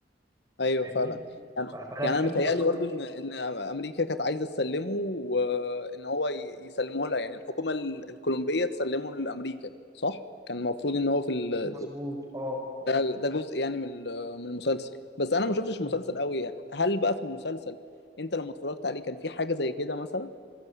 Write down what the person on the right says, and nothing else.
فاهمني
ف- فانا
بحب
الافكار
دي
مظبوط اه اه
مظبوط